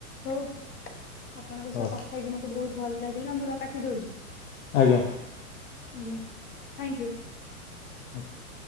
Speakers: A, on the left; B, on the left.
A: ହଉ ଆପଣଙ୍କ
B: ହଁ
A: ସହ କଥା ହେଇକି ମତେ ବହୁତ ଭଲ ଲାଗିଲା ମୁଁ ର କାଟିଦେଉଚି।
B: ଆଜ୍ଞା।
A: ଆଜ୍ଞ ଥ୍ୟାଙ୍କୟୁ।
B: ଆଜ୍ଞା।